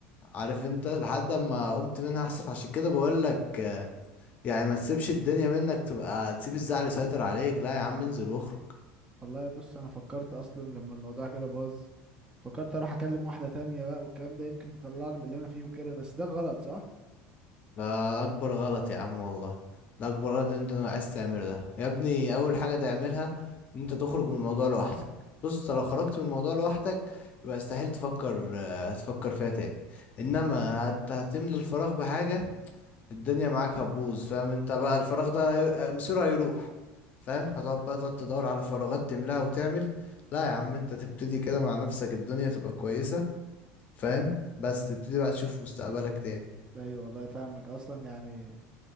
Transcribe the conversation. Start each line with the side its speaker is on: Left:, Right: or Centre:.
Left: عارف انت لحد اما قمت منها احسن عشان كده بقول لك يعني ما تسيبش الدنيا منك تبقى تسيب الزعل يسيطر عليك لا يا عم انزل واخرج
Right: والله بص انا فكرت اصلا لما الموضوع كده باظ فكرت اروح اكلم واحده تانية بقى والكلام ده يمكن تطلعني من اللي انا فيه وكده بس ده غلط صح
Left: ده اكبر غلط يا عم والله ده اكبر غلط إن انت عايز تعمله ده يا ابني اول حاجه تعملها ان انت تخرج من الموضوع لوحدك بص أنت لو خرجت من الموضوع لوحدك يبقى استحيل تفكر آه، هتفكر فيها تاني انما هت... هتملى الفراغ بحاجه الدنيا معاك هتبوظ فاهم انت بقى الفراغ ده هي- آه، مصيره هيروح فاهم هتقعد بقى تقعد تدور على فراغات تملاها وتعمل لا يا عم انت تبتدي كده مع نفسك الدنيا تبقى كويسه فاهم بس تبتدي بقى تشوف مستقبلك تاني
Right: ايوه والله فاهمك اصلا يعني